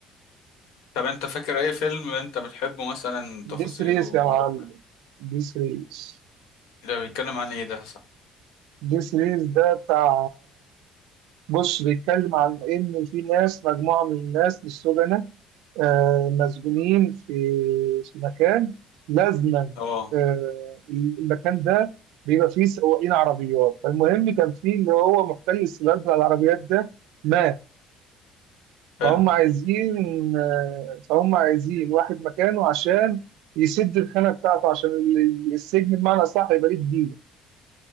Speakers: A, on the left; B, on the right.
A: طب انت فاكر اي فيلم انت بتحبه مثلا
B: ديس
A: تفاصيله
B: ريس يا معلم
A: عارف ك-
B: ديس ريس
A: ده بيتكلم عن ايه ده صح
B: ديس ريس ده بتاع بص بيتكلم عن إن في ناس مجموعة من الناس للسجناء آه، مسجونين في في مكان لازما
A: اه
B: آه، المكان ده بيبقى فيه سواقين عربيات فالمهم كان فيه اللي هو محتل السباق بتاع العربيات ده مات
A: حلو
B: فهم عايزين آه، فهم عايزين واحد مكانه عشان يسد الخانة بتاعته عشان ال- ال- السجن بمعنى أصح يبقى ليه كبير